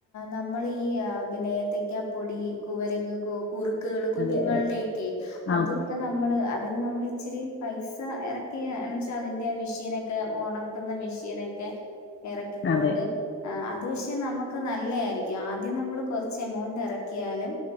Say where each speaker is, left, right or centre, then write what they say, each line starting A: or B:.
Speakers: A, on the left (about 70°); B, on the left (about 40°).
A: നമ്മൾ ഈ പിന്നെ ഏത്തക്ക പൊടി കുവരക കുറുക്കുകള് കുഞ്ഞുങ്ങളുടെക്കെ
B: അതെ അതെ
A: അത്
B: ആഹ്
A: ഒക്കെ നമ്മള് അതിന് നമ്മള് ഇച്ചിരി പൈസ എറക്കിയ വെച്ചാൽ അതിൻറെ മെഷീനൊക്കെ ഓണം കുന്ന മെഷീനൊക്കെ എറക്കിക്കൊണ്ട്അത്
B: അതെ
A: അത് പക്ഷേ നമുക്ക് നല്ലയിരിക്കാം ആദ്യം നമ്മൾ കുറച്ച് എമൗണ്ട് എറക്കിയാലും